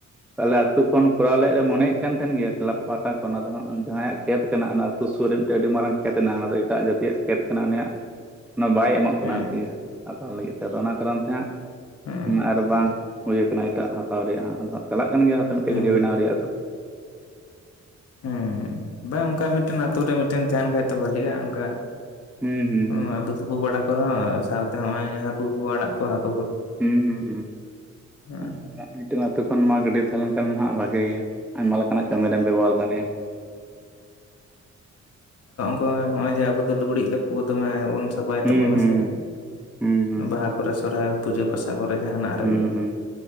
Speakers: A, in the centre; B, on the left.
A: ᱟᱞᱮ ᱟᱹᱛᱩ ᱠᱷᱚᱱ ᱠᱚᱨᱟᱣ ᱞᱮᱫ ᱞᱮ ᱢᱚᱱᱮᱭ ᱠᱟᱱ ᱛᱟᱦᱮᱱ ᱜᱮᱭᱟ ᱠᱞᱟᱵ ᱯᱟᱦᱴᱟ ᱚᱱᱟ ᱫᱚ ᱦᱟᱸᱜ ᱡᱟᱦᱟᱸᱭᱟᱜ ᱠᱷᱮᱛ ᱠᱟᱱᱟ ᱚᱱᱟ ᱟᱹᱛᱩ ᱥᱩᱨ ᱨᱮ ᱢᱤᱫᱴᱮᱱ ᱟᱹᱰᱤ ᱢᱟᱨᱟᱝ ᱠᱷᱮᱛ ᱢᱮᱱᱟᱜ-ᱟ ᱚᱱᱟ ᱫᱚ ᱮᱴᱟᱜ ᱡᱟᱹᱛᱤᱭᱟᱜ ᱠᱷᱮᱛ ᱠᱟᱱᱟ ᱩᱱᱤᱭᱟᱜ ᱚᱱᱟ ᱵᱟᱭ ᱮᱢᱚᱜ ᱠᱟᱱᱟ
B: ᱦᱩᱸ
A: ᱟᱨᱠᱤ ᱦᱟᱛᱟᱣ ᱞᱟᱹᱜᱤᱫ ᱛᱮᱫᱚ ᱚᱱᱟ ᱠᱟᱨᱚᱱ ᱛᱮ ᱦᱟᱸᱜ
B: ᱦᱩᱸ
A: ᱦᱚᱸ ᱟᱨ ᱵᱟᱝ ᱦᱩᱭ ᱠᱟᱱᱟ ᱮᱴᱟᱜ ᱦᱟᱛᱟᱣ ᱨᱮᱭᱟᱜ ᱟᱫᱚ ᱦᱟᱸᱜ ᱪᱟᱞᱟᱜ ᱠᱟᱱᱟ ᱠᱟᱱ ᱜᱮᱭᱟ ᱦᱟ ᱢᱤᱫᱴᱮᱱ
B: ᱦᱩᱸ
A: ᱜᱟᱹᱭᱟᱹ ᱵᱮᱱᱟᱣ ᱨᱮᱭᱟᱜ ᱫᱚ
B: ᱦᱮᱸ ᱵᱟᱝ ᱚᱱᱠᱟ ᱢᱤᱫᱴᱮᱱ ᱟᱛᱳ ᱨᱮ ᱢᱤᱫᱴᱮᱱ ᱛᱟᱦᱮᱟᱸᱱ ᱠᱷᱟᱡ ᱫᱚ ᱵᱷᱷᱟᱞᱤᱜᱼᱟ ᱚᱱᱠᱟ
A: ᱦᱩᱸ ᱦᱩᱸ
B: ᱦᱚᱸ ᱟᱫᱚ ᱛᱩᱯᱩ ᱵᱟᱲᱟ ᱠᱚᱨᱮᱦᱚᱸ ᱥᱟᱶᱛᱮ ᱦᱚᱸᱜᱼᱚᱭ ᱦᱟᱹᱠᱩ ᱠᱚ ᱟᱲᱟᱜ ᱠᱚ ᱦᱟᱠᱩ
A: ᱦᱩᱸ ᱦᱸ
B: ᱦᱮᱸ
A: ᱦᱩᱸ ᱚ ᱢᱤᱫᱴᱮᱱᱛᱳ ᱠᱷᱚᱱ ᱢᱟ ᱜᱟᱹᱰᱤ ᱛᱟᱦᱮᱸᱞᱱᱠᱷᱟᱱ ᱢᱟ ᱦᱜ ᱵᱷᱟᱜᱮ ᱜᱮᱭᱟ᱾ ᱟᱭᱢᱟ ᱞᱮᱠᱟᱱᱟᱜ ᱠᱟᱹᱢᱤᱮᱢ ᱵᱮᱵᱚᱦᱟᱨ ᱫᱟᱲᱮᱭᱟᱜᱼᱟ
B: ᱚᱭ ᱦᱚᱸᱜᱼᱚᱭ ᱡᱮ ᱟᱵᱚ ᱫᱚ ᱞᱩᱜᱽᱲᱤᱡ ᱞᱟᱵ ᱫᱚᱢᱮᱵᱚᱱ ᱪᱷᱟᱯᱟᱭ
A: ᱦᱩᱸ
B: ᱛᱟᱵᱚᱱᱟ
A: ᱦᱩᱸ
B: ᱥᱮ
A: ᱦᱩᱸ ᱦᱩᱸ
B: ᱵᱟᱦᱟ ᱠᱚᱨᱮ ᱥᱚᱨᱦᱟᱭ ᱯᱩᱡᱟᱹ ᱯᱟᱥ ᱥᱟ ᱠᱚᱨᱮ ᱡᱟᱦᱟᱱᱟᱜ
A: ᱦᱩᱸ
B: ᱨᱮᱜᱮ
A: ᱦᱩᱸ ᱦᱩᱸ